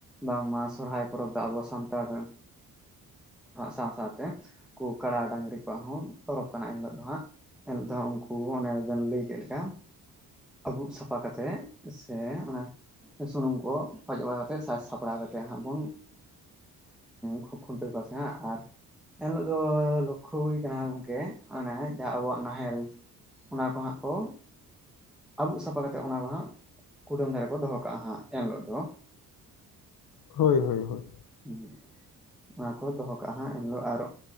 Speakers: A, in the centre; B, on the left.
A: ᱵᱟᱝᱢᱟ ᱥᱚᱨᱚᱦᱦᱟᱭ ᱯᱚᱨᱚᱵᱽ ᱫᱚ ᱟᱵᱚ ᱥᱟᱱᱛᱟᱲ ᱥᱟᱶ ᱥᱟᱶᱛᱮ ᱩᱱᱠᱩ ᱠᱟᱲᱟ ᱰᱟᱝᱨᱤ ᱠᱚᱣᱟᱜ ᱦᱚᱸ ᱯᱚᱨᱚᱵᱽ ᱠᱟᱱᱟ ᱮᱱ ᱦᱤᱞᱳᱜ ᱫᱚ ᱦᱟᱸᱜ ᱮᱱᱦᱤᱞᱳ ᱫᱚ ᱩᱱᱠᱩ ᱚᱱᱮ ᱵᱮᱱ ᱞᱟᱹᱭ ᱠᱮᱫ ᱞᱮᱠᱟ ᱟᱹᱵᱩᱩᱜ ᱥᱟᱯᱷᱟ ᱠᱟᱛᱮᱜ ᱥᱮ ᱚᱱᱟ ᱥᱩᱱᱩᱢ ᱠᱚ ᱚᱡᱚᱜᱲ ᱵᱟᱲᱟ ᱠᱟᱛᱮᱜ ᱥᱟᱡᱽ ᱥᱟᱯᱲᱟᱣ ᱠᱟᱛᱮᱜ ᱦᱸᱵᱚᱱ ᱠᱦᱩ ᱠᱷᱩᱱᱴᱟᱹᱣ ᱠᱚᱣᱟᱥᱮ ᱦᱟᱸ ᱟᱨ ᱮᱱᱦᱤᱞᱳᱜ ᱫᱚ ᱞᱚᱠᱠᱷᱚ ᱦᱩᱭ ᱟᱠᱟᱱᱟ ᱜᱚᱝᱠᱮ ᱚᱱᱮ ᱡᱟᱦᱟᱸ ᱟᱵᱚᱣᱟᱜ ᱱᱟᱦᱮᱞ ᱚᱱᱟ ᱠᱚ ᱦᱟᱸᱜ ᱠᱚ ᱟᱹᱵᱩᱜ ᱥᱟᱯᱷᱟ ᱠᱟᱛᱮᱜ ᱚᱱᱟ ᱠᱚ ᱦᱟᱸᱜ ᱠᱩᱴᱟᱹᱢ ᱫᱷᱟᱨᱮ ᱠᱚ ᱫᱚᱦᱚ ᱠᱟᱜᱼᱟ ᱦᱟᱸᱜ ᱮᱱᱦᱤᱞᱳᱜ ᱫᱚ
B: ᱦᱳᱭ ᱦᱳᱭ ᱦᱳᱭ
A: ᱦᱩᱸ ᱚᱱᱟ ᱠᱚ ᱫᱚᱦᱚ ᱠᱟᱜᱼᱟ ᱦᱜ ᱮᱱᱦᱤᱞᱳᱜ ᱟᱨ